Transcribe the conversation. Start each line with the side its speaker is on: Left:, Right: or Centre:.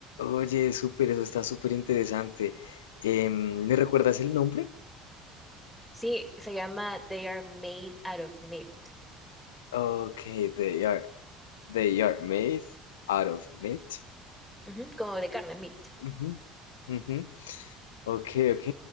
Left: Oye, súper, eso está súper interesante. Em, ¿me recuerdas el nombre?
Centre: Sí, se llama They Are Made Out of Meat,
Left: Ok, they are, they are made out of meat.
Centre: Ujú, como de carne, meat.
Left: Ujú, ujú. Ok, ok.